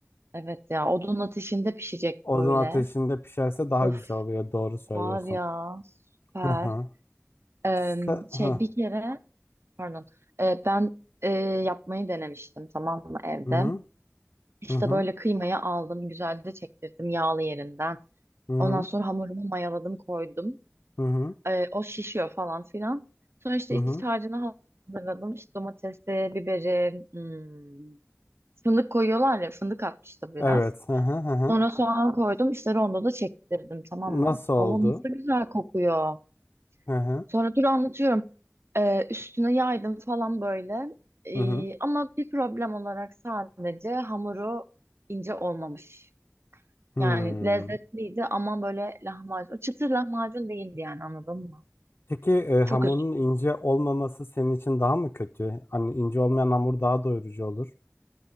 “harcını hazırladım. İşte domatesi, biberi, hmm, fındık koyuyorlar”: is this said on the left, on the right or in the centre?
Right